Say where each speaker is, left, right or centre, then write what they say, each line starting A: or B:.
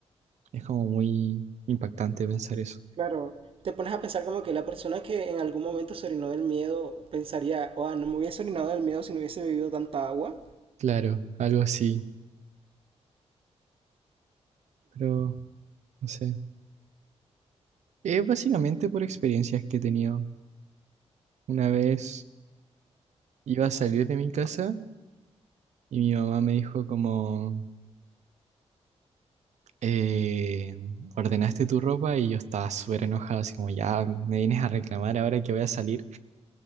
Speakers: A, on the right; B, on the right.
A: Es como muy impactante pensar eso.
B: Claro, te pones a pensar como que la persona que en algún momento se orinó del miedo pensaría, oh, no me hubiese orinado del miedo si no hubiese bebido tanta agua.
A: Claro, algo así, pero no sé. Es básicamente por experiencias que he tenido. Una vez iba a salir de mi casa y mi mamá me dijo como... eh, ordenaste tu ropa y yo estaba súper enojado, así como ya me vienes a reclamar ahora que voy a salir.